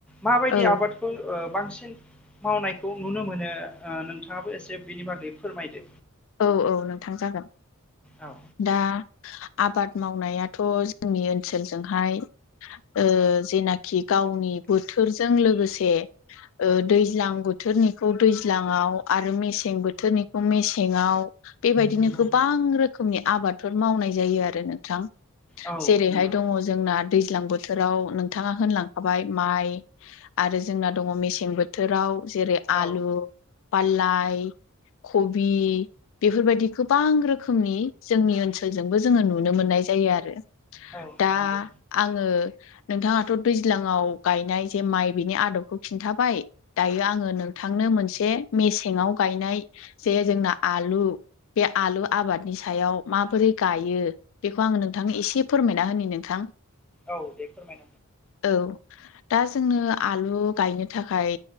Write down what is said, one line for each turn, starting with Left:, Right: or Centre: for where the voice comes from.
Centre: माबायदि
Left: औ
Centre: आबादखौ ओ बांसिन मावनायखौ नुनो मोनो ओ नोंथाङाबो एसे बिनि बागै फोरमायदो
Left: औ औ नोंथां जागोन
Centre: औ
Left: दा आबाद मावनायाथ' जोंनि ओनसोलजोंहाय ओ जेनाखि गावनि बोथोरजों लोगोसे ओ दैज्लां बोथोरनिखौ दैज्लांआव, आरो मेसें बोथोरनिखौ मे मेसेंआव बेबायदिनो
Centre: नंगौ
Left: गोबां रोखोमनि आबादफोर मावनाय जायो आरो नोंथां
Centre: औ
Left: जेरैहाय
Centre: नंगौ
Left: दङ जोंना दैज्लां बोथोराव नोंथाङा होनलांखाबाय माइ आरो जोंना दङ मेसें बोथोराव जेरै आलु
Centre: औ
Left: पाललाय खबि बि बेफोरबायदि गोबां रोखोमनि जोंनि ओनसोलजोंबो जोङो नुनो मोननाय जायो आरो
Centre: औ
Left: दा
Centre: नंगौ
Left: आङो नोंथाङाथ' दैज्लाङाव गायनाय जे माइ बिनि आदबखौ खिन्थाबाय दायो आङो नोंथां थांनो मोनसे मेसेंआव गायनाय जे जोंना आलु बे आलु आबादनि सायाव माबोरै गायो बेखौ आङो नोंथांनो एसे फोरमायना होनि नोंथां
Centre: औ दे फोरमाय
Left: औ दा जोंनो आलु गायनो थाखाय